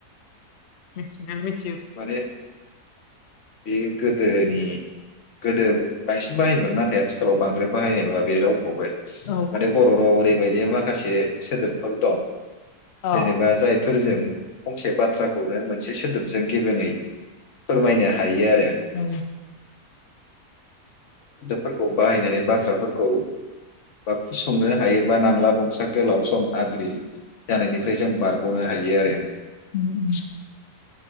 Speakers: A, on the left (about 75°); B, on the left (about 50°).
A: मिथिनाया मिथ
B: माने बे गोदोनि गोदो बांसिन बाहायोमोन नाथाय आथि खालाव बांद्राय बाहायनाय नुवा बे रावखौबो
A: औ
B: माने बर' राव ओरैबायदि माखासे सोदोबफोर दं जेनेबा
A: अ
B: जायफोरजों फंसे बाथ्राखौनो मोनसे सोदोब गेबेङै फोरमायनो हायो आरो
A: औ।
B: फोरखौ बाहायनानै बाथ्राफोरखौ फसंनो हायोबा नांला बंसा गोलाव सम आद्रि जानायनिफ्राय जों बारगनो हायो आरो।
A: उम्म उम्म।